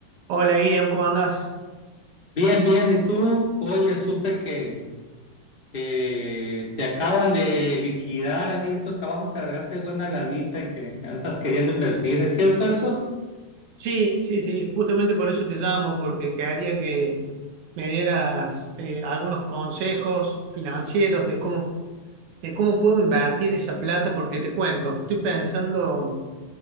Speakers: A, on the right; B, on the left.
A: Hola, Iriam, ¿cómo andás?
B: Bien, bien, ¿y tú? Oye, supe que, que te acaban de liquidar ahí en tu trabajo, que cargaste buena lanita y que andas queriendo invertir, ¿es cierto eso?
A: Sí, sí, sí, justamente por eso te llamo, porque quería que me dieras eh, algunos consejos financieros de cómo, de cómo puedo invertir esa plata, porque te cuento, estoy pensando